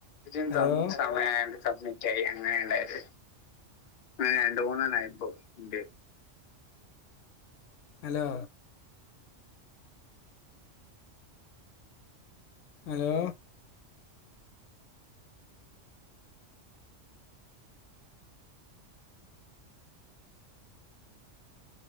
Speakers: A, on the left; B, on the left.
A: <unintelligible>
B: Hello
A: submit ആയി അങ്ങനെണ്ടായത്. രണ്ട മൂന്നെണ്ണായിപ്പോ ഇണ്ട്.
B: ഹലോ ഹലോ